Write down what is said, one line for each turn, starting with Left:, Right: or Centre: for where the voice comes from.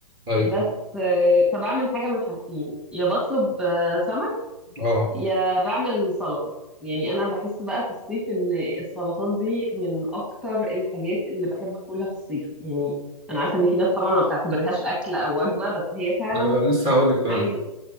Right: ايوه
Centre: بس آه، فبعمل حاجه من حاجتين يا بطلب آه، سمك
Right: اه
Centre: يا بعمل سلطه يعني انا بحس بقى في الصيف ان السلطات دي من اكتر الحاجات اللي بحب اكلها في الصيف يعني انا عارفه ان في ناس طبعا ما بتعتبرهاش اكل او وجبه بس هي فعلا
Right: ايوه أنا لسه هقول لك فعلا
Centre: عايزه